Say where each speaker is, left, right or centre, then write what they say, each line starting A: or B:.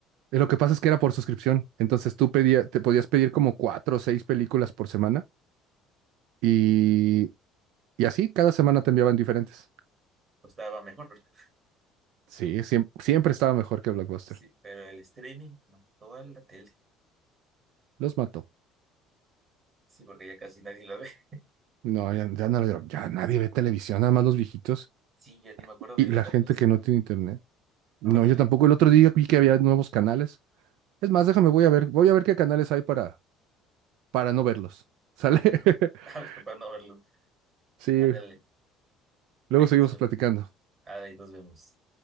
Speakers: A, on the right; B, on the right.
A: Eh, Lo que pasa es que era por suscripción. Entonces tú pedía, te podías pedir como cuatro o seis películas por semana y, y así cada semana te enviaban diferentes.
B: Pues estaba mejor, ¿verdad?
A: Sí, siem- siempre, estaba mejor que Blockbuster.
B: Sí, pero el streaming mató a la tele.
A: Los mató.
B: Sí, porque ya casi nadie lo ve. <laughs>
A: No, ya, ya no le- ya nadie ve televisión, nada más los viejitos
B: Sí, yo ni me acuerdo
A: y
B: de los
A: la
B: canales.
A: gente que no tiene internet. No,
B: Ándale,
A: yo tampoco. El otro día vi que había nuevos canales. Es más, déjame, voy a ver, voy a ver qué canales hay para, para no verlos. ¿Sale? <laughs>
B: <laughs> vamos capaz no verlo.
A: Sí,
B: Ándale,
A: luego
B: ahí
A: seguimos
B: nos vemos.
A: platicando.
B: Ahí nos vemos.